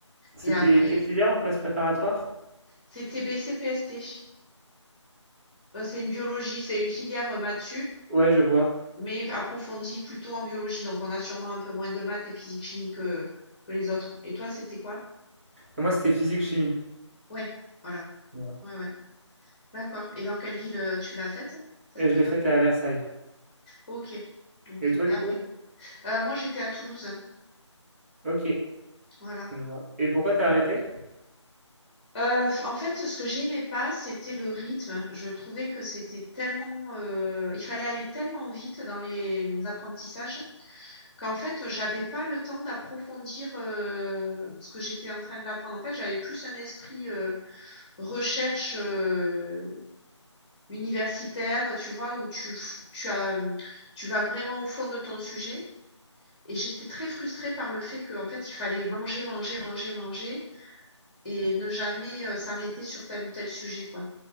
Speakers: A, on the right (about 30°); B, on the left (about 20°).
A: C'était
B: Et après,
A: quelle filière en classe préparatoire?
B: c'était BCPST. Euh, C'est une biologie, c'est une filière euh, maths
A: Ouais, je vois.
B: mais approfondi plutôt en biologie. Donc, on a sûrement un peu moins de maths et physique-chimie que, que les autres. Et toi, c'était quoi?
A: Moi, c'était physique-chimie.
B: Ouais, voilà.
A: Ouais.
B: Ouais, ouais. D'accord. Et dans quelle ville euh, tu l'as faite, cette
A: Et
B: prépa?
A: je l'ai faite à Versailles.
B: Ok, ok.
A: Et
B: Et
A: toi, du
B: après,
A: coup?
B: Euh, moi, j'étais à Toulouse. Hein.
A: Ok,
B: Voilà.
A: je vois. Et pourquoi t'as arrêté?
B: Euh, f- en fait, ce que j'aimais pas, c'était le rythme. Je trouvais que c'était tellement, euh, il fallait aller tellement vite dans les apprentissages qu'en fait, j'avais pas le temps d'approfondir euh, ce que j'étais en train d'apprendre. En fait, j'avais plus un esprit euh, recherche euh, universitaire, tu vois, où tu, f- tu as, tu vas vraiment au fond de ton sujet. Et j'étais très frustrée par le fait qu'en fait, il fallait manger, manger, manger, manger et ne jamais euh, s'arrêter sur tel ou tel sujet, quoi.